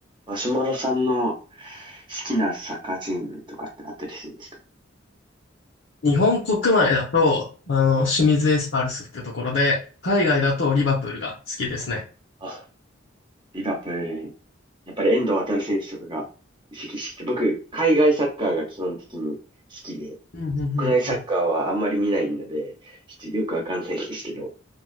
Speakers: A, on the right; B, on the left.
A: マシュマロさんの好きなサッカーチームとかってあったりするんですか
B: 日本国内だと、あの、清水エスパルスってところで、海外だとリバプールが好きですね。
A: あ、リバプールに。やっぱり遠藤航選手とかが移籍してきて、僕、海外サッカーが基本的に好きで、
B: うん、うん、うん、
A: 国内サッカーはあんまり見ないので、
B: うん。
A: ちょっとよくわかんないですけど、